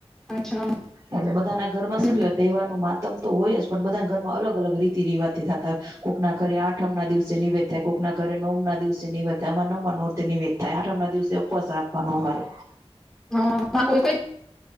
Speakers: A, in the centre; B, on the right.
A: અચ્છા
B: એટલે બધાના ઘરમાં
A: હમ
B: શું કેવાય તહેવારનું મા તમ તો હોય જ પણ બધાના ઘરમાં અલગ અલગ રીતિ રિવાતે થતા હોય કોઈકના ઘરે આઠમ ના દિવસે નિવેદ થાય કોઈકના ઘરે નવમ ના દિવસે નિવેદ થાય આમાં નવમા નર્તે નિવેદ થાય આઠમ ના દિવસે ઉપવાસ રાખવાનો અમારે
A: હા ના કોઈ કોઈ